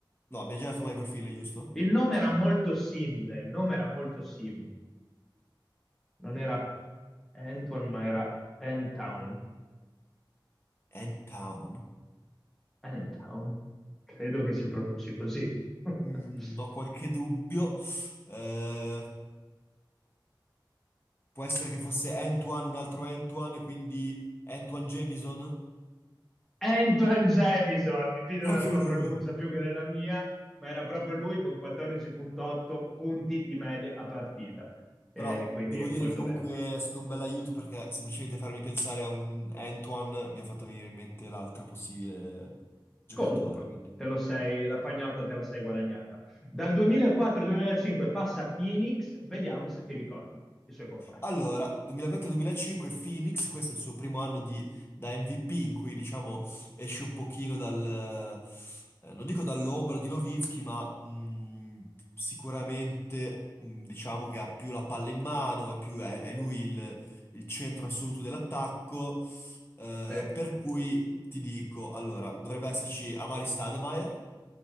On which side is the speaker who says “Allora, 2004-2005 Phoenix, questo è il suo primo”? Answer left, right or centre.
Left